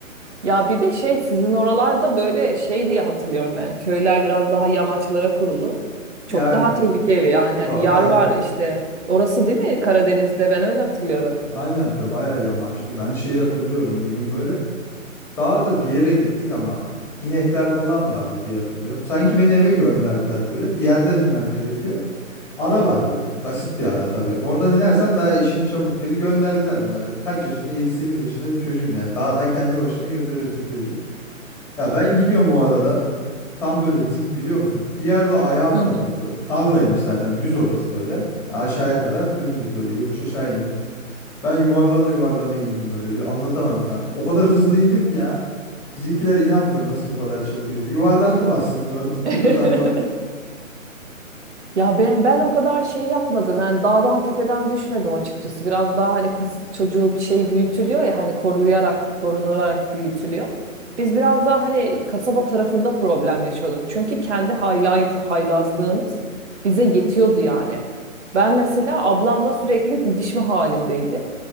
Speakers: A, on the right; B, in the centre.
A: Ya bir de şey sizin oralarda böyle şey diye hatırlıyorum ben. Köyler biraz daha yamaçlara kurulu.
B: Yani
A: Çok daha tehlikeli yani. Hani
B: va-
A: yar
B: ay-
A: var işte. Orası değil mi Karadeniz'de? Ben öyle hatırlıyorum.
B: aynen diyor, bayağı yamaçlı. Ben şeyi hatırlıyorum bir gün böyle. Daha da bir yere gittik ama inekler falan vardı diye hatırlıyorum. Sanki beni eve gönderdiler böyle. Bir yerden inmem gerekiyor. Ara var böyle. Basit bir ara tabii. Oradan inersen daha işin çabuk. Beni gönderdiler bunlar. Kaç yaşında? Yedi sekiz yaşında bir çocuğum yani. Dağdan kendi başına gönderiyorsun çocuğu. Ya ben gidiyorum o aradan. Tam böyle dik biliyor musun? Bir yerde ayağım
A: Hı
B: takıldı. Tarlaymış zaten. Düz orası böyle. Aşağıya kadar dümdüz böyle yokuş aşağı iniyorsun. Ben yuvarlana yuvarlana indim böyle bir anlatamam sana. O kadar hızlı indim ki ya. Bizimkiler inanmıyor nasıl bu kadar çabuk. Yuvarlandım aslında orada tepe
A: hı.
B: taklak.
A: <laughs> Ya ben ben o kadar şey yapmadım. Yani dağdan tepeden düşmedim açıkçası. Biraz daha hani kız çocuğu bir şey büyütülüyor ya hani koruyarak, korunularak büyütülüyor. Biz biraz daha hani kasaba tarafında problem yaşıyorduk. Çünkü kendi haylaz, haylazlığımız bize yetiyordu yani. Ben mesela ablamla sürekli didişme halindeydim.